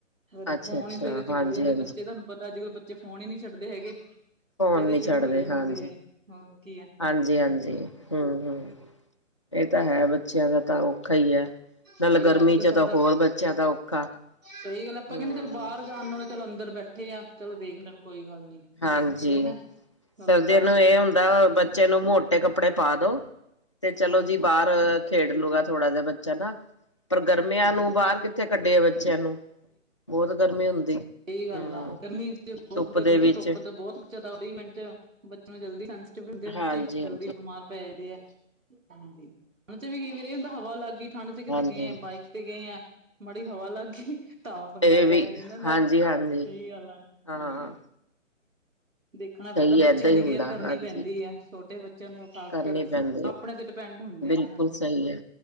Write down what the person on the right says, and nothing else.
ਫਿਰ
ਫੋਨ
ਈ ਸਵੇਰੇ ਚਿੰਬੜ
ਜਾਂਦੇ
ਬੱਚੇ, ਤੁਹਾਨੂੰ ਪਤਾ ਅੱਜ-ਕੱਲ੍ਹ ਬੱਚੇ ਫੋਨ ਈ ਨੀ ਛੱਡਦੇ ਹੈਗੇ। ਸਵੇਰੇ
ਸ਼ੁਰੂ
ਹੋ ਜਾਂਦੇ
ਹੋਰ ਕੀ ਆ
ਸਹੀ
ਅੱਜ ਕੱਲ ਸਾਰਾ
ਸਹੀ ਗੱਲ ਆਪਾਂ
ਕਹਿੰਦੇ ਚੱਲ ਬਾਹਰ ਜਾਣ ਨਾਲੋਂ ਚਲੋ ਅੰਦਰ ਬੈਠੇ ਆ, ਚਲੋ ਵੇਖ ਲੈਣ ਕੋਈ ਹਲ ਨੀ
ਠੀਕ ਹੈ ਨਾ ਚਲੋ
ਬਾਹਰ
ਜਾਓ
ਹਾਂਜੀ
ਹਾਂਜੀ
ਸਹੀ ਗੱਲ ਆ, ਗਰਮੀ 'ਚ ਬਹੁਤ
ਗਰਮੀ
ਤੋਂ ਧੁੱਪ ਤੇ ਬਹੁਤ ਜਿਆਦਾ ਵੀਹ ਮਿੰਟ, ਬੱਚੇ ਨੂੰ ਜਲਦੀ 'ਚ ਵੀ ਹੁੰਦੇ ਬੱਚੇ,
ਜਲਦੀ
ਬਿਮਾਰ ਪ‌ਏ ਦੇ ਆ, ਹਾਂਜੀ ਉਹਨਾਂ 'ਚ ਵੀ ਕਈ ਵਾਰੀ ਹੁੰਦਾ ਹਵਾ ਲੱਗ ਗੀ, ਠੰਡ 'ਚ ਕਿਤੇ
ਗਏ ਆ, ਬਾਈਕ ਤੇ ਗਏ ਆ, ਮਾੜੀ ਹਵਾ ਲੱਗ ਗੀ ਤਾਂ ਪੰਗਾ
ਪੈ
ਜਾਂਦਾ ਇਹਨਾਂ ਦਾ
ਸਹੀ ਗੱਲ ਆ,
ਹਾਂਜੀ। ਦੇਖਣਾ ਪੈਂਦਾ,
ਬੱਚਿਆਂ
ਦੀ
ਕੇਅਰ ਕਰਨੀ
ਪੈਂਦੀ ਆ, ਛੋਟੇ ਬੱਚਿਆਂ ਦੀਆਂ ਖਾਸ
ਕਰ। ਆਪ
ਆਪਣੇ ਤੇ ਡਿਪੈਂਡ ਹੁੰਦੇ
ਆ, ਹਾਂਜੀ